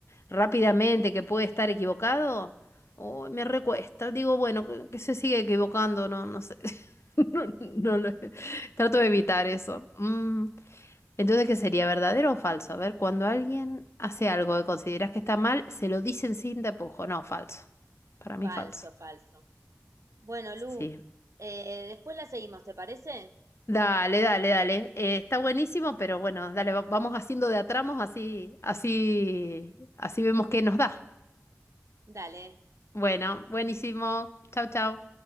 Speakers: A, on the left; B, on the right.
A: rápidamente que puede estar equivocado, oh, me recuesta, digo, bueno, que, que se sigue equivocando, no, no sé, <laughs> no, no lo- trato de evitar eso. Mm, Entonces, ¿qué sería verdadero o falso? A ver, cuando alguien hace algo que consideras que está mal, se lo dicen sin tapujo, no, falso, para mí
B: Falso,
A: falso.
B: falso. Bueno, Lu,
A: Sí.
B: eh, después la seguimos, ¿te parece?
A: Dale, dale, dale. Eh, está buenísimo, pero bueno, dale, va- vamos haciendo de a tramos, así, así, así vemos qué nos da.
B: Dale.
A: Bueno, buenísimo. Chau, chau.